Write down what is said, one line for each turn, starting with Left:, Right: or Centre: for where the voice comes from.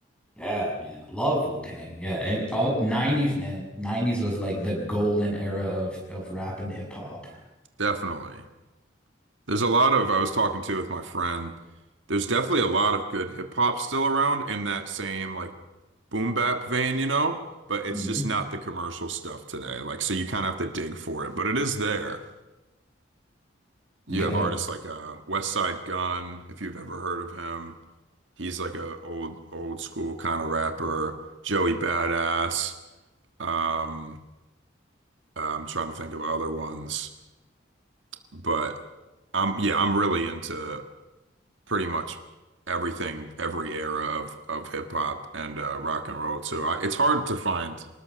Centre: Yeah, man. Love Wu-Tang. Yeah, and all 90s, man. 90s was like the golden era of of rap and hip hop.
Right: definitely. There's a lot of I was talking to with my friend. There's definitely a lot of good hip hop still around in that same like boom bap vein, you know, but it's
Centre: Mhm.
Right: just not the commercial stuff today. Like so you kind of have to dig for it, but it is there.
Centre: You
Right: You
Centre: gotta
Right: have artists like uh, West Side Gun, if you've ever heard of him. He's like a old old school kind of rapper. Joey Badass. Um, uh, I'm trying to think of other ones, but I'm yeah, I'm really into pretty much everything, every era of of hip hop and uh, rock and roll too. I, it's hard to find